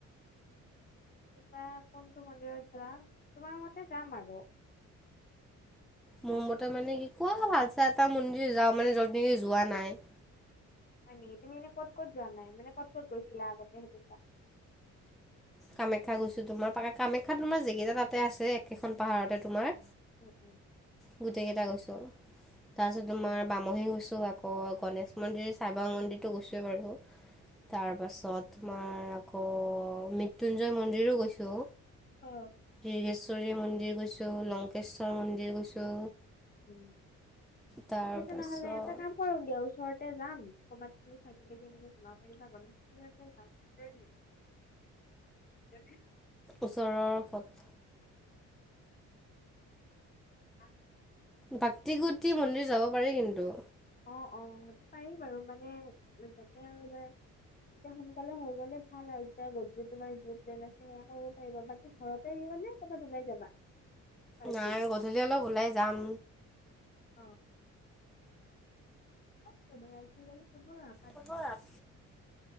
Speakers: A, on the left; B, in the centre.
A: তুমি বা কোনটো মন্দিৰত যোৱা? তোমাৰ মতে যাম আৰু।
B: মোৰ মতে মানে, কি কোৱা, ভাল চাই এটা মন্দিৰ যাওঁ মানে যদি যোৱা নাই।
A: হয় নেকি, তুমি এনে ক'ত-ক'ত যোৱা নাই? মানে ক'ত-ক'ত গৈছিলা আগতে সেইটো কোৱা।
B: কামাখ্যা গৈছোঁ তোমাৰ পাকা, কামাখ্যাত তোমাৰ যিকেইটা তাতে আছে, একেখন পাহাৰতে তোমাৰ।
A: উম
B: গোটেই কেইটা গৈছোঁ। তাৰ পিছত
A: উম
B: তোমাৰ বামহী গৈছোঁ, আকৌ গণেশ মন্দিৰ, সাইবাবা মন্দিৰতো গৈছোঁৱে বাৰু। তাৰ পাছত তোমাৰ আকৌ মৃত মৃত্যুঞ্জয় মন্দিৰো গৈছোঁ,
A: অ
B: দৰ্গেশ্বৰী মন্দিৰ গৈছোঁ, লং লংকেশ্বৰ মন্দিৰ গৈছোঁ।
A: উম',
B: তাৰপাছত
A: ঠিক আছে নহ'লে, এটা কাম এই দেওঁ ওচৰতে যাম, ক'ৰবাত তুমি চাকি-তাকি এনেকে জ্বলাব পাৰিবা, গণেশ গুৰিলৈকে যাওঁ। ৰেডি-ৰেডি।
B: ওচৰৰ ক'ত?
A: হেল্ল',।
B: ভক্তি কুটী মন্দিৰ যাব পাৰে কিন্তু।
A: অ', -অ', সেইটো পাৰি বাৰু, মানে, যাতে আৰু মান এতিয়া সোনকালে হৈ গ'লে ভাল আৰু, তেতিয়া যদি তোমাৰ যি প্লেন আছে সেয়া কৰিব পাৰিবা, বাকী ঘৰতে আহিবা নে, ক'ৰবাত ওলাই যাবা? পাৰ্টি?
B: নাই, গধূলি অলপ ওলাই যাম।
A: অহ',। এই', নোৱাৰিছোঁ বুলি, কোন নো ইয়াত?
B: কোন নো ইয়াত,